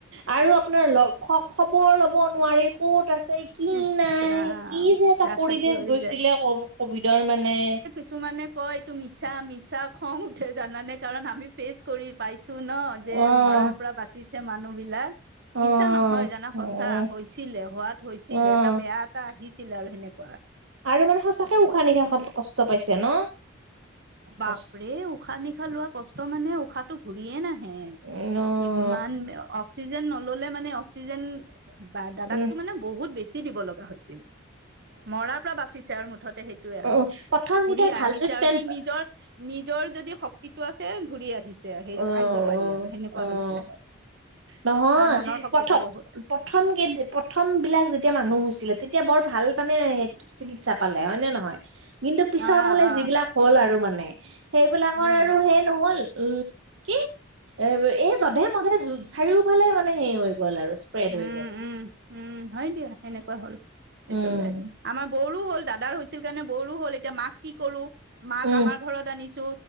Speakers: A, on the right; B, on the right.
A: আৰু আপোনাৰ লক্ষ খবৰ ল'ব নোৱাৰি ক'ত আছে কি
B: ইচ
A: নাই
B: ৰাম
A: কি যে এটা
B: গা
A: পৰিৱেশ
B: চা শিয়ৰি
A: গৈছিলে ক কভিডৰ মানে।
B: কিছু মানে কয় এইটো মিছা মিছা খং উঠে জানানে কাৰণ আমি ফেচ কৰি পাইছো ন যে
A: অ'
B: মৰাৰ পৰা বাছি। যে মানুহবিলাক,
A: অ'
B: মিছা নহয় জানা সঁচা
A: অ'
B: হৈছিলে হোৱাত হৈছিলে
A: অ'
B: এটা বেয়া এটা আহিছিলে আৰু সেনেকুৱা।
A: আৰু মানে সঁচাকে উশাহ নিশাহত কষ্ট পাইছে ন।
B: বাপৰে
A: কষ্ট
B: উশাহ নিশাহ লোৱা কষ্ট মানে উশাহ ঘূৰিয়ে নাহে
A: উম অ'
B: ইমান অক্সিজেন নললে মানে অক্সিজেন বা দাদাকটো
A: উম
B: মানে বহুত বেছি দিব লগা হৈছিল। মৰাৰ পৰা বাচিছে আৰু মুঠতে সেইটোৱে আৰু
A: অ' প্ৰথম
B: ঘুৰি
A: কেইটাই ভাল
B: আহিছে
A: ট্ৰিটমেণ্ট
B: আৰু সি নিজৰ নিজৰ যদি শক্তিটো আছে ঘূৰি আহিছ সে
A: অ'
B: আহিব পাৰি আৰু সেনেকুৱা
A: অ' অ'
B: হৈছে।
A: নহয়
B: তাৰ মনৰ শক্তিটো
A: প্ৰথম
B: বহুত
A: প্ৰথম কেই প্ৰথম বিলাক যেতিয়া মানুহ হৈছিলে তেতি এতিয়া বৰ ভাল মানে চিকিৎসা পালে হয় নে নহয়? কিন্তু পিছৰ
B: অ
A: ফালে
B: অ
A: যিবিলাক হ'ল আৰু মানে সেইবিলাকৰ
B: উম
A: আৰু সেই নহ'ল উম। কি এ এই যধে মধে চাৰিওফালে মানে হেৰি হৈ গ'ল আৰু স্প্ৰেড
B: উম
A: হৈ গ'ল
B: উম উম হয় দিয়া সেনেকুৱা হ'ল। পিছলে
A: উম
B: আমাৰ বৌৰু হল দাদাৰ হৈছিল কাৰণে বৌ হল এতিয়া মাক কি কৰো মাক
A: উম
B: আমাৰ ঘৰত আনিছো